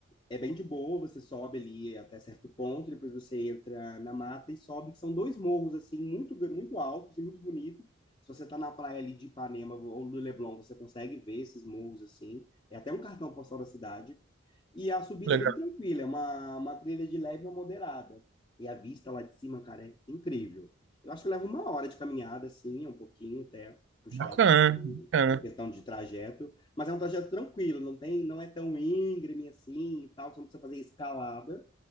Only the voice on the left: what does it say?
é bem de boa, você sobe ali até certo ponto, depois você entra na mata e sobe, que são dois morros, assim, muito, muito altos e muito bonitos. Se você tá na praia ali de Ipanema ou do Leblon, você consegue ver esses morros, assim. É até um cartão postal da cidade. E a subida
é bem tranquila, é uma, uma trilha de leve a moderada. E a vista lá de cima, cara, é incrível. Eu acho que leva uma hora de caminhada, assim, um pouquinho até puxado,
tá,
em questão de trajeto. Mas é um trajeto tranquilo, não tem, não é tão íngreme assim e tal, você não precisa fazer escalada,